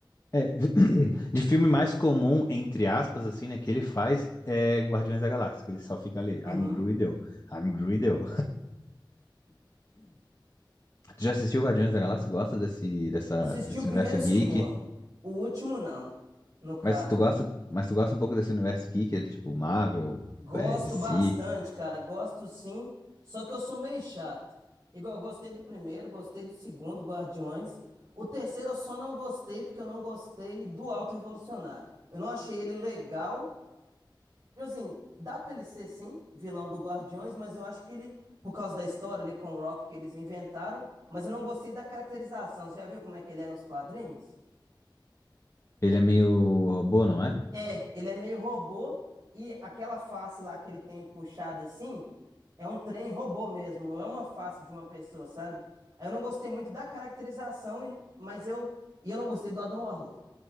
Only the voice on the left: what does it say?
É, <clears throat> de filme mais comum, entre aspas, assim, né, que ele faz é Guardiões da Galáxia, que ele só fica ali,
I'm Greedo, I'm Greedo. Tu já assistiu Guardiões da Galáxia? Gosta desse, dessa,
desse
universo
geek?
Mas se tu gosta, mas tu gosta um pouco desse universo geek, ele, tipo Marvel,
é, DC,
ele é meio robô, não é?